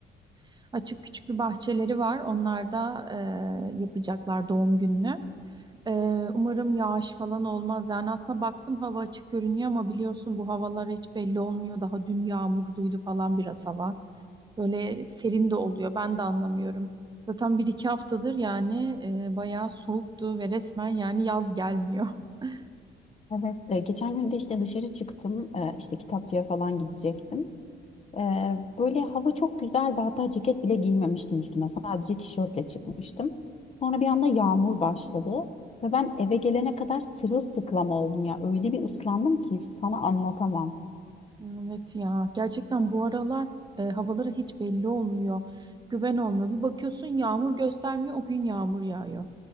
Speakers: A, on the right (about 20°); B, on the left (about 30°).
A: e, açık küçük bir bahçeleri var. Onlar da e, yapacaklar doğum gününü. E, umarım yağış falan olmaz. Yani aslında baktım hava açık görünüyor ama biliyorsun bu havalar hiç belli olmuyor. Daha dün yağmurluydu falan biraz hava. Böyle serin de oluyor. Ben de anlamıyorum. Zaten bir iki haftadır yani e, bayağı soğuktu ve resmen yani yaz gelmiyor. <laughs>
B: Evet. E, geçen gün de işte dışarı çıktım. E, işte kitapçıya falan gidecektim. Ee, böyle hava çok güzeldi. Hatta ceket bile giymemiştim üstüme. Sadece tişörtle çıkmıştım. Sonra bir anda yağmur başladı. Ve ben eve gelene kadar sırılsıklam oldum ya. Öyle bir ıslandım ki sana anlatamam.
A: Evet ya gerçekten bu aralar e, havalara hiç belli olmuyor. Güven olmuyor. Bir bakıyorsun yağmur göstermiyor o gün yağmur yağıyor.